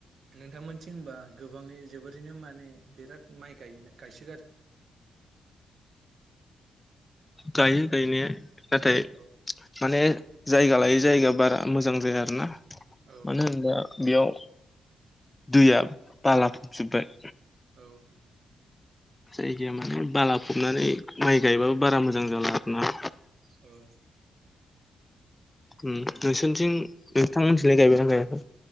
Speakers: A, on the right; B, on the left.
A: नोंथांमोनथिं होनबा गोबांङै जोबोरैनो माने बिराद माइ गाय गायसो
B: गायो गायनाया, नाथाय
A: औ
B: माने जायगा लायै जायगा बारा मोजां जाया आरो ना
A: औ
B: मानो होनोबा बेयाव दैया बाला फबजोब्बाय,
A: औ
B: जायगाया माने बालाफबनानै माइ गायबाबो बारा मोजां जाला आरो ना,
A: औ
B: ओ नोंसोरनिथिं नोंथांमोनथिलाय गायबायना गायाखै?